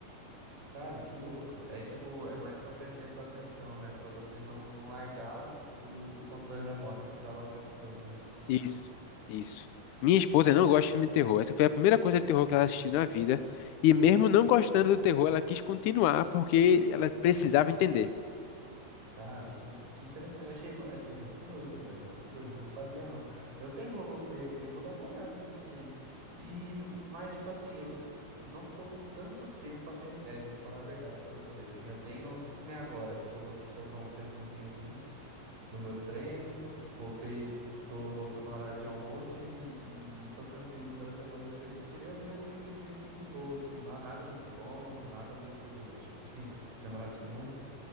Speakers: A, on the right; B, on the left.
A: cara, que louco. É tipo, é mais pra prender a sua atenção, né? Pra você não, não largar o, o controle remoto e ficar lá o tempo todo, né?
B: Isso, isso. Minha esposa não gosta de filme de terror. Essa foi a primeira coisa de terror que ela assistiu na vida. E mesmo não gostando do terror, ela quis continuar porque ela precisava entender.
A: Cara, que, que interessante. Eu Achei, mu- achei muito doido, velho. Muito doido. Não sabia, não. Eu tenho Globoplay aqui, eu vou dar uma olhada nisso aí. E, mas, tipo assim, eu não tô com tanto tempo pra ver série, vou falar a verdade pra você. Assim, eu tenho, que nem agora, que, eu, que sobrou um tempozinho, assim, do meu treino. Voltei, tô, tô no horário de almoço e, e tô tranquilo das demandas do serviço. Queria ver um filmezinho, assim, de boa, assim. Não, nada muito longo, nada muito, tipo assim, que demorasse muito.